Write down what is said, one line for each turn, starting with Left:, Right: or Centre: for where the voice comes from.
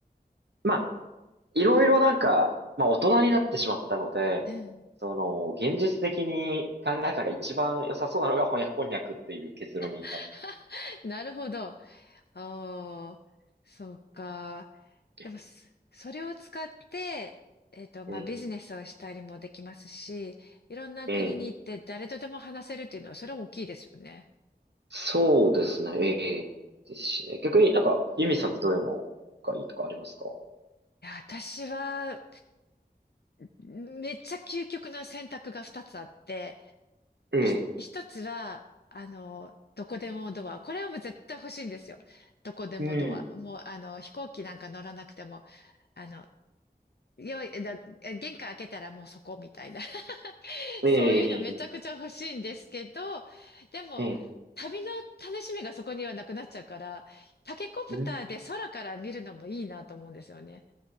Right: まあ、いろいろなんか、まあ大人になってしまったので、
Left: うん。
Right: その、現実的に考えたのが一番良さそうなのが翻訳こんにゃくっていう結論に至っ
Left: <laughs> なるほど。ああ、そうか。
Right: て。
Left: でもそそれを使って、えっと、まあ、
Right: ええ、
Left: ビジネスをしたりもできますし、いろんな国に行って誰とでも話せるっていうのは、
Right: ええ
Left: それは大きいですよね。
Right: そうですね、
Left: うん。
Right: ええ、
Left: い
Right: ですしね。逆になんか、ユミさんってどういうのがいいとかありますか
Left: や、私は、めっちゃ究極の選択が2つあって、
Right: ええ、
Left: ひ、1つは、あの、どこでもドア。これはもう絶対欲しいんですよ。どこでもドア。
Right: うん。
Left: もう、あの、飛行機なんか乗らなくても、あの、よい、だ、玄関開けたらもうそこみたいな。そういうのめちゃくちゃ欲しいんですけど、
Right: ええ、
Left: でも、
Right: ええ、ええ
Left: 旅の楽しみがそこにはなくなっちゃうから、タケコプターで空から見るのもいいなと思うんですよね。
Right: うん。